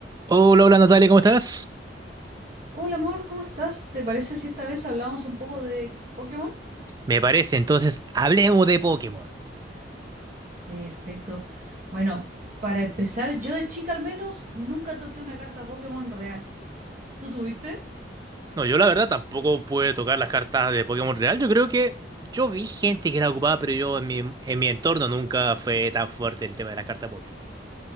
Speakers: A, on the right (about 20°); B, on the right (about 45°).
A: Hola, hola Natalia, ¿cómo estás?
B: Hola amor, ¿cómo estás? ¿Te parece si esta vez hablamos un poco de Pokémon?
A: Me parece, entonces hablemos de Pokémon.
B: Perfecto. Bueno, para empezar, yo de chica al menos nunca toqué una carta Pokémon real. ¿Tú tuviste?
A: No, yo la verdad tampoco pude tocar las cartas de Pokémon Real. Yo creo que yo vi gente que era ocupada, pero yo en mi, en mi entorno nunca fue tan fuerte el tema de las cartas Pokémon.